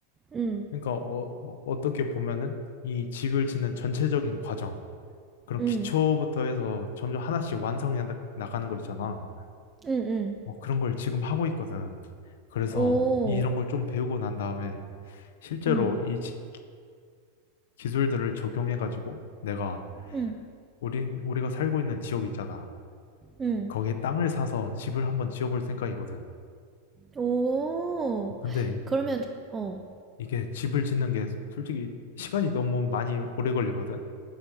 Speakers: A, on the right; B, on the left.
A: 응,
B: 그러니까 어, 떻게 보면은 이 집을 짓는 전체적인 과정, 그런
A: 응,
B: 기초부터 해서 점점 하나씩 완성해 나- 나가는 거 있잖아.
A: 응, 응.
B: 어, 그런 걸 지금 하고 있거든. 그래서
A: 오.
B: 이런 걸 좀 배우고 난 다음에 실제로
A: 응
B: 이 지- 기- 기술들을 적용해가지고 내가
A: 응
B: 우리 우리가 살고 있는 지역 있잖아.
A: 응,
B: 거기에 땅을 사서 집을 한번 지어볼 생각이거든.
A: 오.
B: 근데
A: 그러면 어.
B: 이게 집을 짓는 게 솔직히 시간이 너무 많이 오래 걸리거든.